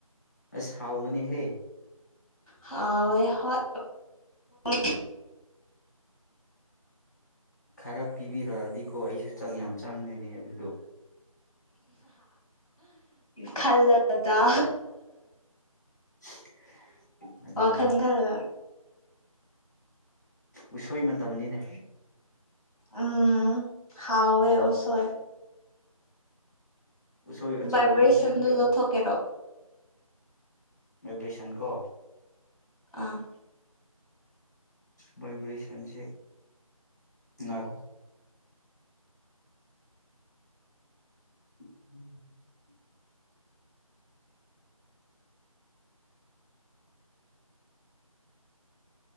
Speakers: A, on the left; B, in the centre.
A: ꯑꯁ ꯍꯥꯎꯕꯅꯤꯍꯦ
B: ꯍꯥꯎꯋꯦ ꯍꯣꯏ <inaudible>
A: ꯈꯔ ꯄꯤꯕꯤꯔꯛꯑꯗꯤꯀꯣ ꯑꯩꯁꯨ ꯆꯥꯛ ꯌꯥꯝ ꯆꯪꯗꯣꯏꯅꯤ ꯑꯗꯨꯗꯣ
B: ꯈꯜꯂꯣ ꯗꯥꯗꯥ
A: <unintelligible> ꯑꯗꯨꯅꯦ
B: ꯋꯥꯈꯜ ꯈꯜꯂꯣ
A: ꯎꯁꯣꯏ ꯃꯇꯝꯅꯤꯅꯦ
B: ꯎꯝ ꯍꯥꯎꯋꯦ
A: ꯎꯁꯣꯏ ꯌꯥꯝ
B: ꯎꯁꯣꯏ
A: ꯎꯁꯣꯏ ꯑꯆꯧꯕꯗꯨ
B: ꯚꯥꯏꯕ꯭ꯔꯦꯁꯟꯗꯨ
A: ꯅꯠꯇ꯭ꯔꯒ
B: ꯂꯧꯊꯣꯛꯀꯦꯔꯣ
A: ꯚꯥꯏꯕꯔ꯭ꯦ ꯁꯟ ꯀꯣ
B: ꯑꯥ
A: ꯚꯥꯏꯕ꯭ꯔꯑꯦꯁꯥꯟꯁꯦ ꯉꯣꯏꯈꯣ <inaudible>